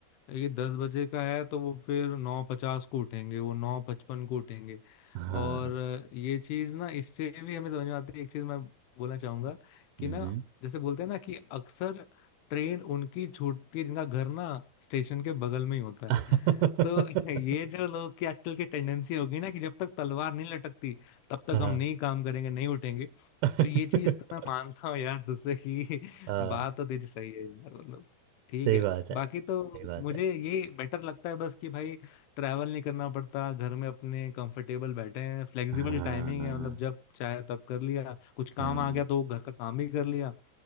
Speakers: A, on the left (about 80°); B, on the right (about 80°).
A: ये दस बजे का है तो वो फिर नौ पचास को उठेंगे वो नौ पचपन को उठेंगे
B: हाँ हाँ
A: और ये चीज ना इससे भी हमें समझ में आती है एक चीज मैं बोलना चाहूंगा कि
B: हम्म
A: ना जैसे बोलते हैं ना कि अक्सर ट्रेन उनकी छूटती है जिनका घर ना स्टेशन के बगल में ही होता
B: <laughs>
A: है तो <laughs> ये जो लोग की आजकल की टेंडेंसी होगी ना कि जब तक तलवार नहीं लटकती तब तक
B: हाँ
A: हम नहीं काम करेंगे नहीं उठेंगे
B: <laughs>
A: तो ये चीज तो मैं मानता हूँ यार तुझसे कि <laughs>
B: हाँ
A: बात तो तेरी सही है यार मतलब ठीक
B: सही
A: है
B: बात है
A: बाकी
B: सही
A: तो
B: बात
A: मुझे
B: है
A: ये बेटर लगता है बस कि भाई ट्रैवल नहीं करना पड़ता घर में अपने कंफर्टेबल बैठे हैं फ्लेक्सिबल
B: हाँ
A: टाइमिंग है मतलब जब चाहे तब कर लिया कुछ
B: हाँ
A: काम आ गया तो घर का काम भी कर लिया